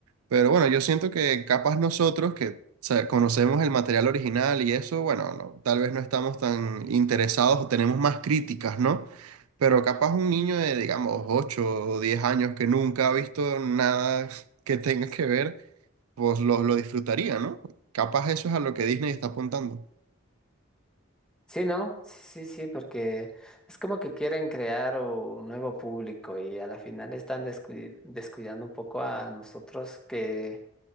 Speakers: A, on the right; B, in the centre.
A: pero bueno, yo siento que capaz nosotros que o sea, conocemos el material original y eso, bueno, no, tal vez no estamos tan interesados o tenemos más críticas, ¿no? Pero capaz un niño de, digamos, 8 o 10 años que nunca ha visto nada que tenga que ver, pues lo, lo disfrutaría, ¿no? Capaz eso es a lo que Disney está apuntando.
B: Sí, ¿no? Sí, sí, sí, porque es como que quieren crear un nuevo público y a la final están descuid- descuidando un poco a nosotros que